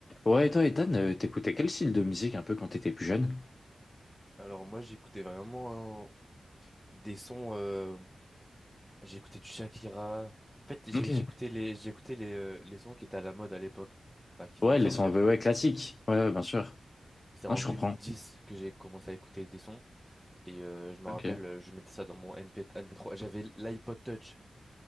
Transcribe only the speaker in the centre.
Alors moi j'écoutais vraiment hein, des sons euh, j'écoutais du Shakira. En fait, j'ai-
j'écoutais les j'écoutais les euh, les sons qui étaient à la mode à l'époque, enfin qui venaient
de
sortir.
C'est en
2010
que j'ai commencé à écouter des sons et euh, je me
rappelle euh, je mettais ça dans mon MP, 3 j'avais l'iPod Touch.